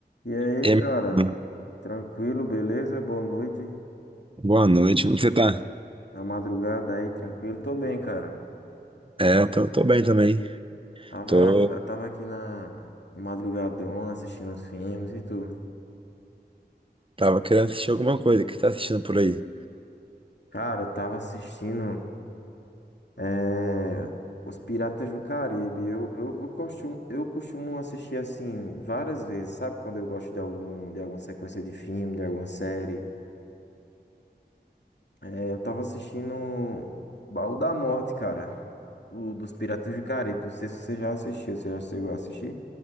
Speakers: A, on the left; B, on the right.
A: E aí,
B: E
A: cara?
B: aí, mano,
A: Tranquilo, beleza? Boa noite.
B: boa noite, como você tá?
A: A madrugada aí, tranquilo? Tô bem, cara.
B: É, eu tô, tô bem também.
A: Tava,
B: Tô,
A: eu tava aqui na na madrugadona assistindo uns filmes e tu.
B: tava querendo assistir alguma coisa. O que você tá assistindo por aí?
A: Cara, eu tava assistindo eh, Os Piratas do Caribe. Eu, eu, eu costumo, eu costumo assistir assim várias vezes, sabe? Quando eu gosto de algum, de alguma sequência de filme, de alguma série. Eh, eu tava assistindo Baú da Morte, cara. O dos Piratas do Caribe. Não sei se você já assistiu. Você já chegou a assistir?